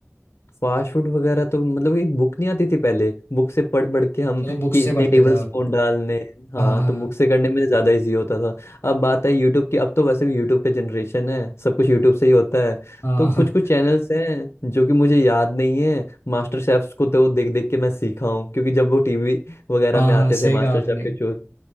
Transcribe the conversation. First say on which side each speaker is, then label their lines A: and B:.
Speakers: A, on the left; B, on the left.
A: फास्ट फूड वगैरह तो मतलब एक बुक नहीं आती थी पहले बुक से पढ़ पढ़ के हम
B: चलो बुक
A: कि
B: से
A: इतने
B: पढ़ते
A: टेबल
B: थे
A: स्पून
B: आप
A: डालने हाँ
B: हाँ हाँ
A: तो बुक से करने में ज्यादा इजी होता था अब बात है यूट्यूब की अब तो वैसे भी यूट्यूब का जनरेशन है सब कुछ यूट्यूब से ही होता है
B: हाँ
A: तो कुछ
B: हाँ
A: कुछ चैनल्स हैं जो कि मुझे याद नहीं है मास्टर शेफ्स को तो देख देख के मैं सीखा हूँ क्योंकि जब वो टीवी वगैरह
B: हाँ
A: में
B: हाँ,
A: आते
B: सही
A: थे मास्टर
B: कहा आपने
A: शेफ के शो